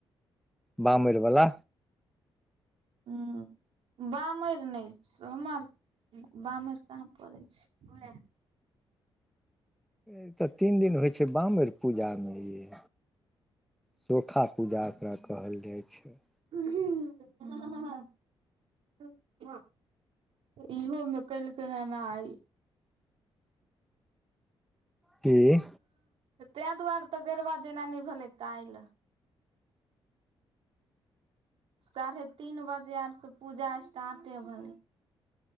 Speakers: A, in the centre; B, on the right.
A: बामैर बला
B: हूँ बामेर नहि छै हमर बामेर कहाँ पड़े छै
A: ई तऽ तीन दिन होइ छै बामेर पूजामें यै <unintelligible> पूजा एकरा कहल जाइ छै
B: <unintelligible> इहोमें कलक हन आइ
A: कि
B: तेहि दुआरे तऽ गरबा जेनानि भेलै कायल साढ़े तीन बजे आर से पूजा स्टार्टे भेलै